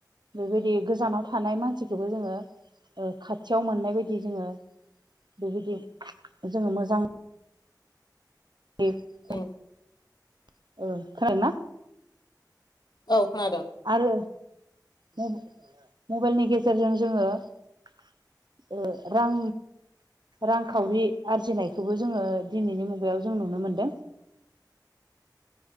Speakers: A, on the right; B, on the left.
A: बेबायदि गोजानाव थानाय मानसिखौबो जोङो ओ खाथियाव मोननाय बायदि जोंङो बेबायदि जोंङो मोजां <unintelligible>
B: उम
A: खोनादों ना
B: औ खोनादों
A: आरो म-मबाइलनि गेजेरजों जोङो ओ रां रांखावरि आरजिनायखौबो जोंङो दिनैनि मुगायाव जों नुनो मोनदों
B: <inaudible>